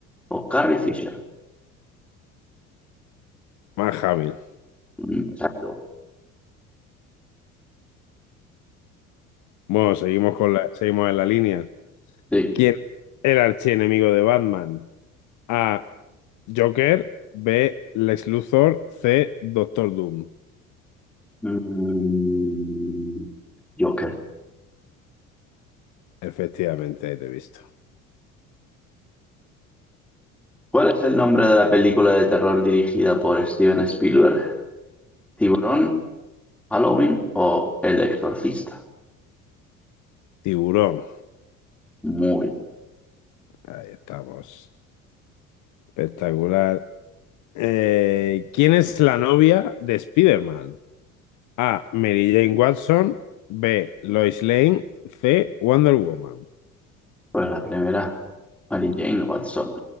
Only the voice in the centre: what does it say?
o Carrie Fisher?
Mm, exacto,
sí.
Mm, Joker.
¿Cuál es el nombre de la película de terror dirigida por Steven Spielberg? ¿Tiburón, Halloween o El Exorcista?
Muy bien.
Pues la primera, Mary Jane Watson.